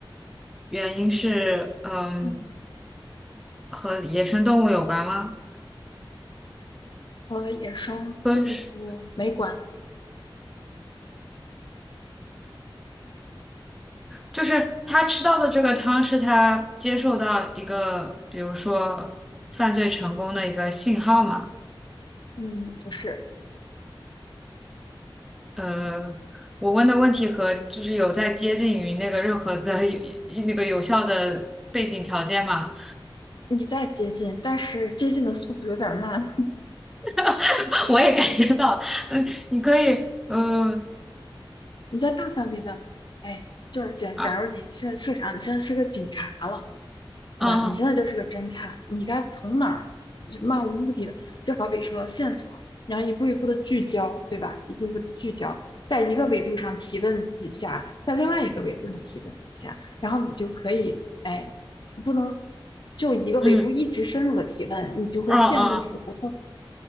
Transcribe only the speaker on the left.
嗯，
和野生动物没关。
嗯，不是，
你在接近，但是接近的速度有点儿慢。
你在大范围的，哎，就是假假如你现在设想，
你现在是个警察了。对吧？
你现在就是个侦探，你该从哪儿就漫无目的的，就好比说线索，你要一步一步的聚焦，对吧？一步一步的聚焦，在一个维度上提问几下，在另外一个维度上提问几下，然后你就可以，哎，不能就一个维度一直深入的提问，
你就会陷入死胡同。